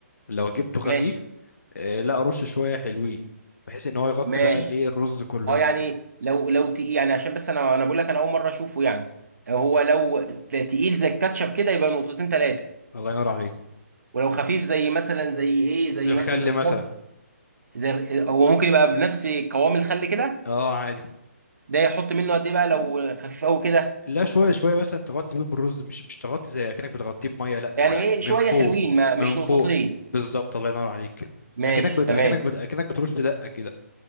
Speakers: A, on the left (about 75°); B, on the right (about 70°).
A: لو جبته
B: ماشي
A: خفيف آه لا رش شوية حلوين بحيث ان هو يغطي
B: ماشي
A: بقى الايه الرز كله
B: اه
A: يعني
B: يعني
A: وكده
B: لو لو تقيل يعني عشان بس انا انا بقول لك انا اول مره اشوفه يعني هو لو تلا- تقيل زي الكاتشب كده يبقى نقطتين ثلاثه
A: الله ينور عليك
B: ولو خفيف زي مثلا زي ايه
A: زي
B: زي
A: الخل
B: مثلا زي الصلصه
A: مثلا
B: زي هو ممكن يبقى بنفس قوام الخل كده
A: اه عادي
B: ده يحط منه قد ايه بقى لو خفيف قوي كده
A: لا شويه شويه مثلا تغطي بيهم الرز مش مش تغطي زي اكنك بتغطيه بميه لا
B: يعني ايه
A: من
B: شويه
A: فوق
B: حلوين ما
A: من
B: مش
A: فوق
B: نقطتين
A: بالظبط الله ينور عليك كده
B: ماشي
A: اكنك بت...
B: تمام
A: اكنك بت... اكنك بترش دقه كده